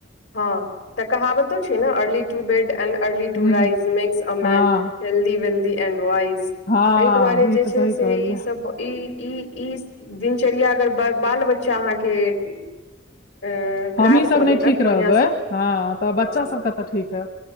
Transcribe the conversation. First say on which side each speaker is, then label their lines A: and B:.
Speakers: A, on the left (about 85°); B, on the left (about 55°).
A: हँ तऽ कहावतो छै ने early to bed and early to
B: हूँ
A: राइज मेक्स अ
B: हँ
A: मैन हेल्दी वेल्दी एंड वाइज
B: हँ
A: ताहि दुआरे
B: ई
A: जे
B: तऽ
A: छै
B: सही
A: से
B: कहलियै
A: ई सब ई ई ई दिनचर्या अगर बाल बच्चा अहाँके ऐं गराब
B: हमहीं सब
A: क
B: नहि
A: लेलक
B: ठीक
A: बढ़िआँ
B: रहबै
A: से
B: ह तऽ
A: हँ
B: बच्चा सब के तऽ ठीक हयत